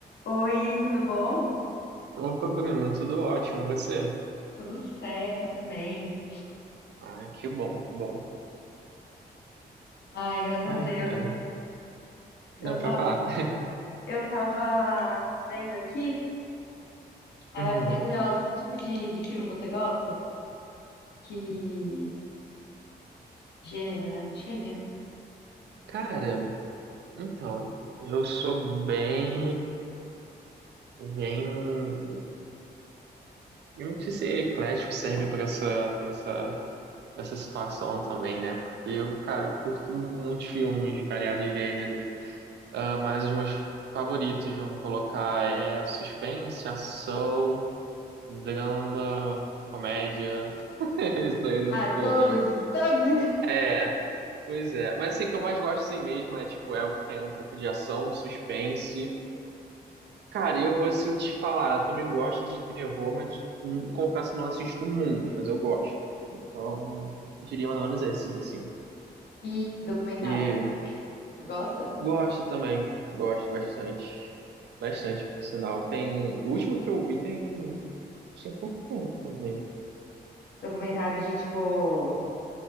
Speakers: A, on the left; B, on the right.
A: Oi, tudo bom?
B: Opa, Bruno, tudo ótimo, e você?
A: Tudo certo também.
B: Ai, que bom, que bom.
A: Ai, graças a
B: Ai,
A: Deus.
B: cara,
A: Eu
B: não
A: tava,
B: pra falar. <laughs>
A: eu tava vendo aqui, aí
B: Uhum.
A: eu fiquei curiosa, que tipo de, de filme você gosta? Que gênero, né? Acho que é gênero.
B: Cara, então, eu sou bem, bem, eu não sei se eclético serve pra essa, pra essa, essa situação também, né? Porque eu, cara, eu curto muitos filmes de variados gêneros, Ah, mas os meus favoritos, vamos colocar, é suspense, ação, drama, comédia. <laughs> Estou olhando
A: Ah,
B: todos,
A: todos,
B: né?
A: todos então.
B: É, pois é. Mas assim, o que eu mais gosto assim mesmo é, tipo, é o que tem um pouco de ação, suspense. Cara, eu vou assim te falar, eu também gosto de terror, mas hum, confesso que não assisto muito, mas eu gosto. Então, diria mais ou menos esses, assim.
A: E documentário.
B: E
A: Gosta?
B: gosto também, gosto bastante. Bastante, por sinal. Tem. O último que eu vi tem. Tem pouco tempo também.
A: Documentário de, tipo,